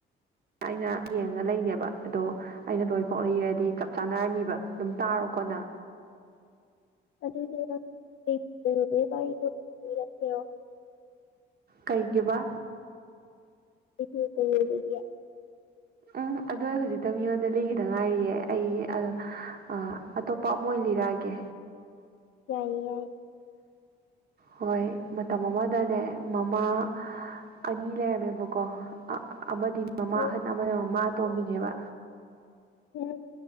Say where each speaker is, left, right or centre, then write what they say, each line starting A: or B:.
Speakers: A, on the right; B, on the left.
A: ꯑꯩꯅ ꯌꯦꯡꯉ ꯂꯩꯅꯦꯕ ꯑꯗꯣ ꯑꯩꯅ ꯂꯣꯏ ꯄꯣꯛꯏꯔꯗꯤ ꯆꯞ ꯆꯥꯅꯔꯅꯤꯕ ꯗꯨꯝ ꯇꯥꯔꯣꯀꯣ ꯅ
B: <unintelligible> <unintelligible> <unintelligible>
A: ꯀꯩꯒꯤꯕ
B: <unintelligible>
A: ꯎꯝ ꯑꯗꯨꯗꯣ ꯍꯧꯖꯤꯛꯇ ꯃꯤꯉꯣꯟꯗ ꯂꯤꯈꯤꯗ ꯉꯥꯏꯔꯤꯌꯦ ꯑꯩ ꯑ ꯑ ꯑꯇꯣꯞꯄ ꯑꯃ ꯑꯣꯏꯅ ꯂꯤꯔꯛꯑꯒꯦ
B: ꯌꯥꯏꯌꯦ ꯌꯥꯏꯌꯦ
A: ꯍꯣꯏ ꯃꯇꯝ ꯑꯃꯗꯅꯦ ꯃꯃꯥ ꯑꯅꯤ ꯂꯩꯔꯝꯃꯦꯕꯀꯣ ꯑꯃꯗꯤ ꯃꯃꯥ
B: ꯎꯝ
A: ꯑꯍꯟ ꯑꯃꯅ ꯃꯃꯥ ꯑꯇꯣꯝꯕꯤꯅꯦꯕ
B: ꯎꯝ